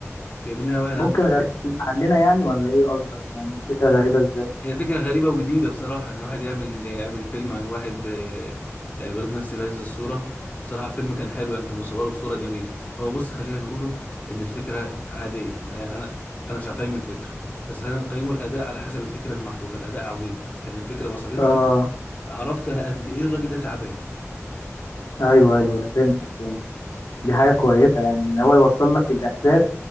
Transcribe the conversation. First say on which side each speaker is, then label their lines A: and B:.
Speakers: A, on the left; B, on the left.
A: جايبين لنا واحد
B: ممكن
A: عنده
B: غريب عننا يعني ولا ايه قصدك يعني فكره غريبه ازاي
A: هي فكرة غريبة وجديدة بصراحة إن واحد يعمل يعمل فيلم عن واحد آه، يعني بلد نفسي بهذه الصورة وبصراحة الفيلم كان حلو يعني كان مصوره بصورة جميلة هو بص خلينا نقوله إن الفكرة عادية ما- يعني أنا أنا مش هقيم الفكرة بس خلينا نقيمه الأداء على حسب الفكرة المحطوطة الأداء عظيم يعني الفكرة وصلت
B: اه
A: لي عرفت أنا قد إيه الراجل ده تعبان
B: ايوه ايوه فهمتك فهمت دي حاجه كويسه يعني ان هو يوصل لك الاحساس